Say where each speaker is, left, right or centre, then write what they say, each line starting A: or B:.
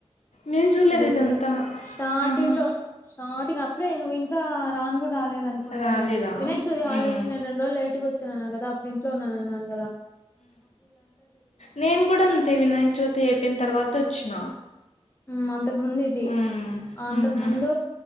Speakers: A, on the left; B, on the left.
A: నేను చూడలేదు
B: ఇదిద్దరు
A: ఇదంతా
B: స్టార్టింగ్
A: ఆహా
B: లో స్టార్టింగ్ అ ఇప్పుడే నువ్వింక రాను కూడా రాలేదు అనుకుంటా
A: రాలేదా
B: లె వినాయ చవితి హాల్డేస్
A: మ్మ్.
B: నేన్ రెండు రోజులు లేటుట్గా వచ్చన్న కదా అప్పుడు ఇంట్లో ఉన్ననన్నన్
A: నేన్ కూడా అంతే వినాయక చవితి అయిపోయిన తర్వాత వచ్చిన
B: ఉ అంతకు ముందది
A: మ్మ్.
B: అంతకు
A: మ్హూ.
B: ముందు